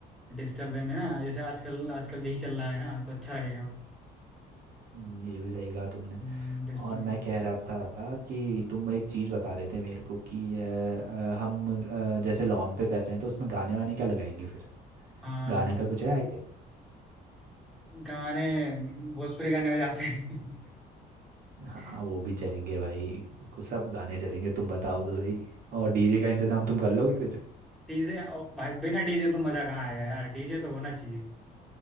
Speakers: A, in the centre; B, on the right.
A: डिजिटल वे में ना जैसे आजकल आजकल यही चल रहा है ना तो अच्छा लगेगा
B: हम्म, ये भी सही कहा तुमने
A: हम्म, डिजिटल
B: और
A: वे
B: मैं
A: में।
B: कह रहा था कि तुम एक चीज़ बता रहे थे मेरे को कि अ, अ, हम अ, जैसे लॉन पे कर रहे हैं तो उसमें गाने वाने क्या लगाएंगे फिर
A: हाँ
B: गाने का कुछ है
A: गाने भोजपुरी गाने हो जाते हैं
B: हाँ
A: <laughs>
B: वो भी चलेंगे भाई कुछ सब गाने चलेंगे तुम बताओ तो सही और डीजे का इंतजाम तुम कर लोगे फिर
A: डीजे भाई बिना डीजे तो मजा कहाँ आएगा यार डीजे तो होना चाहिए